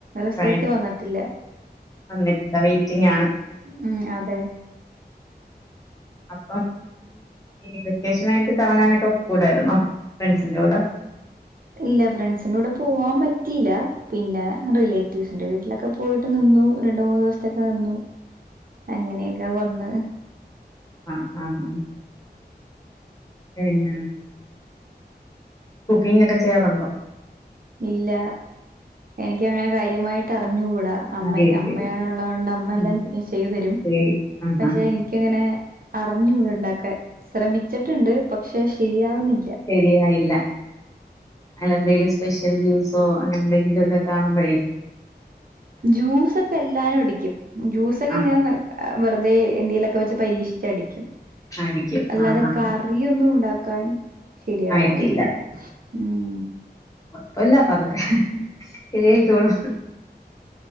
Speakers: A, on the right; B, on the left.
A: റിസൾട്ട്
B: കഴിഞ്ഞ്
A: വന്നിട്ടില്ല
B: വന്നിട്ടില്ല വെറ്റിംഗ് ആണ്
A: ഉം അതെ
B: അപ്പം ഈ വെക്കേഷനായിട്ട് കറങ്ങാനൊക്കെ പൊക്കുടായിരുന്നോ ഫ്രണ്ട്സിന്റെ കൂടെ
A: ഇല്ല ഫ്രണ്ട്സിന്റുടെ പോവാൻ പറ്റില്ല പിന്നെ റിലേറ്റീവ്സിന്റെ വീട്ടിലൊക്കെ പോയിട്ട് നി ന്നു രണ്ട് മൂന്ന് ദിവസതെക്കു നിന്നു അങ്ങനെയൊക്കെ വന്ന്
B: ആ ആഹ് ആ പിന്നെ കുക്കിംങ് ഒക്കെ ചെയ്യാറുണ്ടോ
A: ഇല്ല എനിക്കങ്ങനെ കാര്യമായിട്ട് അറിഞ്ഞുകൂടാ അമ്മ
B: അറിയത്തില്ല
A: അമ്മയ ഉള്ളത് കൊണ്ട് അമ്മ
B: ഉം
A: എല്ലാം ചെയ്തരും
B: ശരി ആഹ്
A: പക്ഷെ
B: ആഹ്
A: എനിക്കങ്ങനെ അറിഞ്ഞൂടണ്ടാകാൻ ശ്രമിച്ചിട്ടുണ്ട് പക്ഷെ ശരിയാവുന്നില്ല
B: ശരിയായില്ല ആ എന്തേലും സ്പെഷ്യൽ ജ്യൂസോ അങ്ങനെ എന്തെങ്കിലുക്കെ കാണുംമ്പഴേ
A: ജ്യൂസ്‌ ഒക്കെ എല്ലാരും അടിക്കും ജ്യൂസൊക്കെ
B: ആഹ്
A: ഇങ്ങനെ വെറുതെ എന്തേങ്കി ലൊക്കെ വെച്ച് പരീക്ഷി ച്ചടിക്കും
B: അടിക്കും
A: അല്ലാതെ
B: ആഹ് ആഹ്
A: കറി ഒന്നും ഉണ്ടാക്കാൻ ശരിയാവുന്നില്ല
B: ആയിട്ടില്ല.
A: ഉം
B: പ്പല്ല പതുക്കെ ശരിയായിക്കോളും